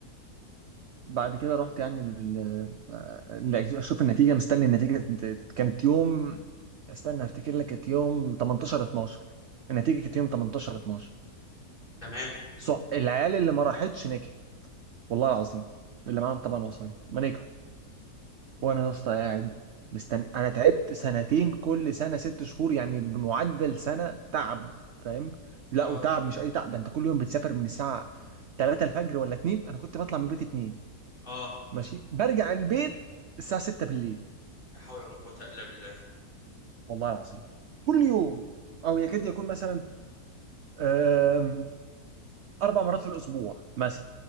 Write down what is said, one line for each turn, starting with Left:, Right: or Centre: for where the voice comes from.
Right: بعد كده رحت يعني لل لل- اشوف النتيجه مستني النتيجه كانت كانت يوم استنى افتكر لك كانت يوم 18 12 النتيجه كانت يوم 18 12
Left: تمام
Right: صح العيال اللي ما راحتش نجحت والله العظيم اللي معاهم طبعا وصاية ما نجحوا وانا يا اسطى قاعد مستني انا تعبت سنتين كل سنه ست شهور يعني بمعدل سنه تعب فاهم لا
Left: اه
Right: وتعب مش اي تعب ده انت كل يوم بتسافر من الساعه 3 الفجر ولا 2 انا كنت بطلع من البيت 2
Left: اه
Right: ماشي برجع البيت الساعة 6 بالليل
Left: لا حول ولا قوة الا بالله
Right: والله العظيم كل يوم او يكاد يكون مثلا آم، اربع مرات في الاسبوع مثلا